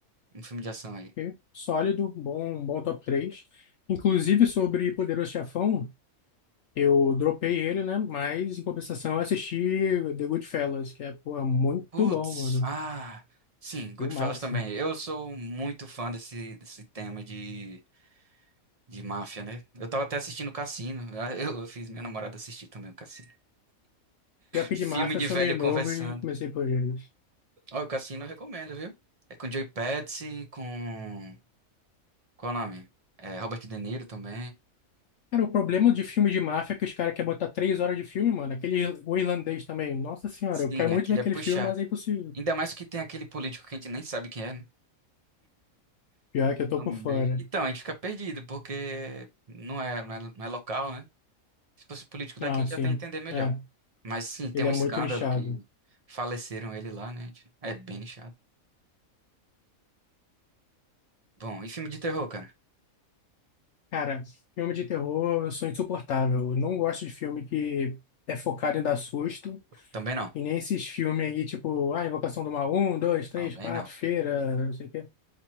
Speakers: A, on the right; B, on the left.
A: Um filme de ação aí.
B: Ok. Sólido, bom, um bom top 3. Inclusive sobre Poderoso Chefão, eu dropei ele, né? Mas em compensação eu assisti The Goodfellas, que é, pô, é muito
A: Putz,
B: bom, mano.
A: ah, sim, Goodfellas
B: Filmaço.
A: também. Eu sou muito fã desse, desse tema de, de máfia, né? Eu tava até assistindo o Cassino. Ah, <laughs> Eu, eu fiz minha namorada assistir também o Cassino.
B: Pior que
A: Filme
B: de máfia
A: de
B: eu sou
A: velho
B: meio novo
A: conversando.
B: e comecei por eles.
A: Ó, o Cassino eu recomendo, viu? É com Joey Pesci, com... Qual o nome? É, Robert De Niro também.
B: Cara, o problema de filme de máfia é que os caras querem botar três horas de filme, mano. Aquele ir- o irlandês também. Nossa senhora,
A: Sim,
B: eu quero muito
A: aquele
B: ver aquele
A: é puxar.
B: filme, mas é impossível.
A: Ainda mais que tem aquele político que a gente nem sabe quem é, né?
B: Pior que eu tô
A: Amei.
B: por fora.
A: Então, a gente fica perdido, porque não é, não é, não é local, né? Se fosse político daqui,
B: Ah,
A: a gente
B: sim.
A: ia até entender melhor.
B: É.
A: Mas sim, tem
B: Ele
A: um
B: é muito
A: escândalo
B: nichado.
A: que faleceram ele lá, né? A gente? É bem nichado. Bom, e filme de terror, cara?
B: Cara, filme de terror eu sou insuportável. Eu não gosto de filme que é focado em dar susto.
A: Também não.
B: E nem esses filmes aí, tipo, ah, Invocação do Mal, um, dois, três,
A: Também
B: quatro,
A: não.
B: Feira, não sei o quê.